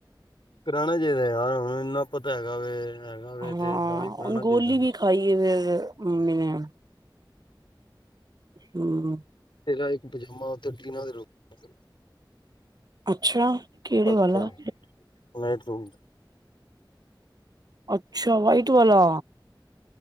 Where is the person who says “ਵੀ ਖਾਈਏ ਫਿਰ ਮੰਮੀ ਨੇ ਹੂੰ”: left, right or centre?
Right